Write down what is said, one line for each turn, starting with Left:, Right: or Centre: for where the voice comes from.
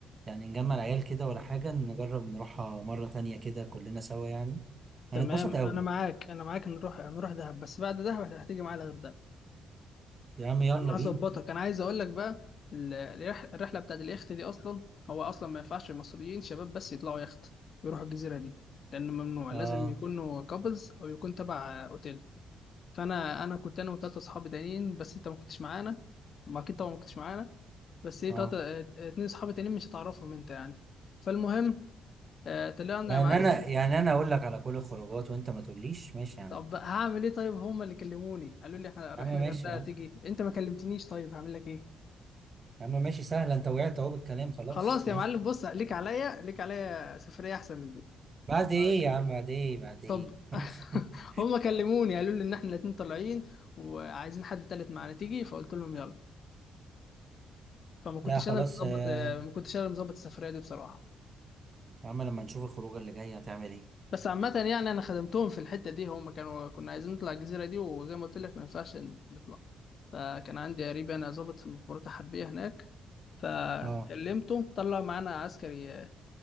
Right: يعني نجمع العيال كده ولا حاجة نجرب نروحها مرة تانية كده كلنا سوا يعني هنتبسط
Left: تمام
Right: أوي
Left: انا معاك انا معاك نروح نروح دهب بس بعد دهب هتيجي معايا الغردقه
Right: يا عم يلا
Left: انا
Right: بينا
Left: هظبطك انا عايز اقول لك بقى ال- الرح- الرحله بتاعت اليخت دي اصلا هو اصلا ما ينفعش المصريين شباب بس يطلعوا يخت ويروحوا الجزيره دي لان ممنوع
Right: اه
Left: لازم يكونوا كابلز او يكون تبع اوتيل فانا انا كنت انا وثلاثه اصحابي تانيين بس انت ما كنتش معانا ما اكيد طبعا ما كنتش معانا بس ايه
Right: اه
Left: تلاتة اتنين اصحابي تانيين مش هتعرفهم انت يعني فالمهم آه، طلعنا
Right: يعني
Left: يا معلم
Right: أنا يعني أنا أقول لك على كل الخروجات وأنت ما تقوليش ماشي يا عم
Left: طب هعمل ايه طيب هما اللي كلموني قالوا لي احنا رايحين
Right: يا عم ماشي
Left: الغردقه
Right: يا عم.
Left: تيجي انت ما كلمتنيش طيب هعمل لك ايه
Right: يا عم ماشي سهل انت وقعت اهو بالكلام خلاص
Left: خلاص يا
Right: ماشي
Left: معلم بص ليك عليا ليك عليا سفريه احسن من دي
Right: بعد ايه
Left: طيب.
Right: يا عم بعد ايه بعد ايه
Left: طب
Right: ماشي
Left: <laughs>
Right: <laughs>
Left: هما كلموني قالوا لي ان احنا الاتنين طالعين وعايزين حد تالت معانا تيجي فقلت لهم يلا فما كنتش
Right: لا خلاص
Left: انا اللي مظبط
Right: آه،
Left: ما كنتش انا اللي مظبط السفريه دي بصراحه
Right: يا عم لما نشوف الخروجه اللي جايه هتعمل ايه
Left: بس عامه يعني انا خدمتهم في الحته دي هما كانوا كنا عايزين نطلع الجزيره دي وزي ما قلت لك ما ينفعش نطلع فكان عندي قريب انا ظابط في المخابرات الحربيه هناك فكلمته
Right: اه
Left: طلع معانا عسكري آه،